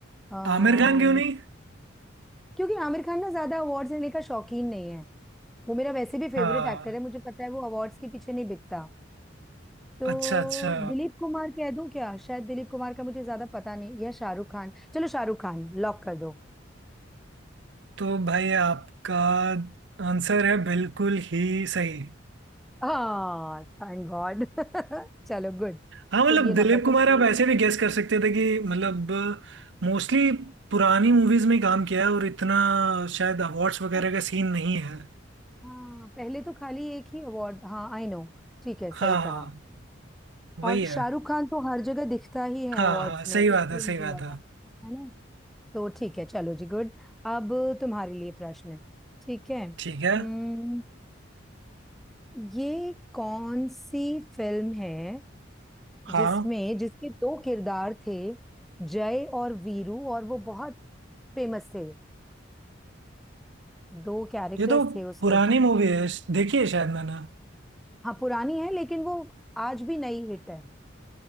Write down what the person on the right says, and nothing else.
आमिर खान क्यों नहीं
हाँ
अच्छा अच्छा
तो भाई आपका आंसर है बिल्कुल ही सही
हाँ मतलब
दिलीप
कुमार
आप ऐसे भी गेस कर सकते थे कि मतलब मोस्टली पुरानी मूवीज में काम किया है और इतना शायद अवार्ड्स वगैरह
का सीन नहीं है
हाँ हाँ
वही
है
हाँ
हाँ सही
बात है सही
बात
है
ठीक है
हाँ
ये तो
पुरानी
मूवी है देखी है शायद मैंने